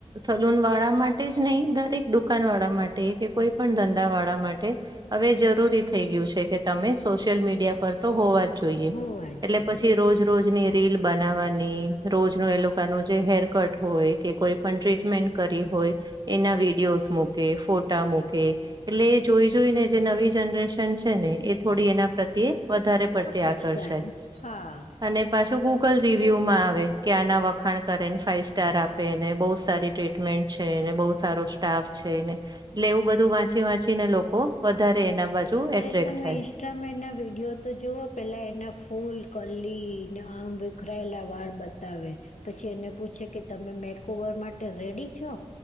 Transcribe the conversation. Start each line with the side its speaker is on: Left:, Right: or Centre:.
Right: સલૂન વાળા માટે જ નહી દરેક દુકાન વાળા માટે કે કોઈ પણ ધંધા વાળા માટે હવે જરૂરી થઈ ગયું છે કે તમે સોશિયલ મીડિયા પર તો હોવા જ જોઈએ
Left: હોવા જ
Right: એટલે
Left: જોઈએ
Right: પછી રોજ રોજની તેલ બનાવાની રોજ નો એ લોકોનું જે હેર કટ હોય કે કોઈ પણ ટ્રીટમેન્ટ કરી હોય. એના વિડયોસ મૂકે ફોટા મુૂકે એટલે એ જોઈ જોઈ ને જે નવી જનરેશન છે ને એ થોડી એના પ્રત્યે વધારે પર
Left: આકર્ષાય
Right: તે આકર્ષણ
Left: હા
Right: અને પાછો ગુગલ રિવ્યુ માં આવે કે આના વખાણ કરે ને ફાઈવ સ્ટાર આપેને બહ સારી ટ્રીટમેન્ટ છે એને બહુ સારો સ્ટાફ છે એને એટલે એવું બધું વાંચી વાંચી ને લોકો વધારે એના બાજુ.
Left: અરે
Right: એટ્રેક્ટ
Left: તમે
Right: થાય
Left: ઇન્સ્ટામાં એના વિડીયો તો જુઓ પેલા એના ફૂલ કલી ને આમ વિખરાયેલા વાળ બતાવે પછી એને પૂછે કે તમે મેક ઓવર માટે રેડી છો.